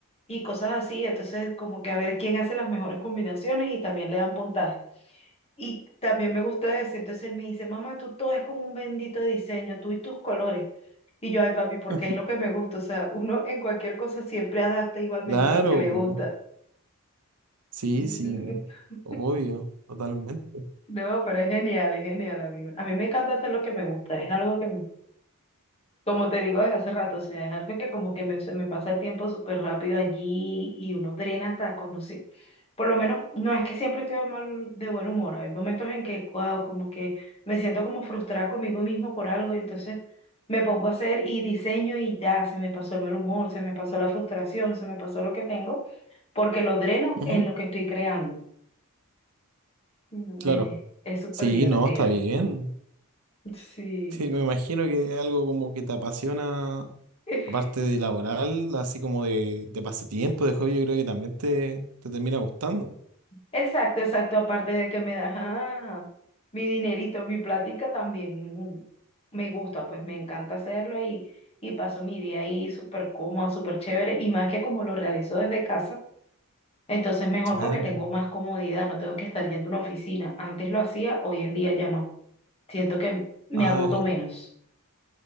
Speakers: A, on the left; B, on the right.
A: y cosas así, entonces como que a ver quién hace las mejores combinaciones y también le dan puntaje. Y también me gusta decir, entonces él me dice, mamá, tú todo es con un bendito diseño, tú y tus colores. Y yo, ay, papi, porque
B: <laughs> Ujú.
A: es lo que me gusta. O sea, uno en cualquier cosa siempre adapta igualmente
B: Claro,
A: lo que le
B: po,
A: gusta.
B: sí,
A: <laughs>
B: sí, obvio, totalmente.
A: No, pero es genial, es genial, amigo. A mí me encanta hacer lo que me gusta, es algo que me Como te digo desde hace rato, o sea, es algo que como que me, se me pasa el tiempo súper rápido allí y uno drena hasta cuando sí. Por lo menos, no es que siempre estoy de mal, de buen humor. Hay momentos en que, wow, como que me siento como frustrada conmigo mismo por algo, entonces me pongo a hacer y diseño y ya, se me pasó el mal humor, se me pasó la frustración, se me pasó lo que tengo, porque lo dreno
B: Ujú,
A: en lo que estoy creando. Y no,
B: Claro,
A: Es es súper
B: sí,
A: divertido.
B: no, está bien.
A: Sí.
B: Sí, me imagino que es algo como que te apasiona,
A: <laughs>
B: aparte de laboral, así como de, de pasatiempo, de hobby, yo creo que también te, te termina gustando.
A: Exacto, exacto. Aparte de que me das ah, mi dinerito, mi plática, también mm, me gusta, pues me encanta hacerlo y, y paso mi día ahí súper cómoda, súper chévere. Y más que como lo realizo desde casa, entonces mejor
B: Claro.
A: porque tengo más comodidad, no tengo que estar yendo a una oficina. Antes lo hacía, hoy en día ya no. Siento que me
B: ah
A: agoto menos.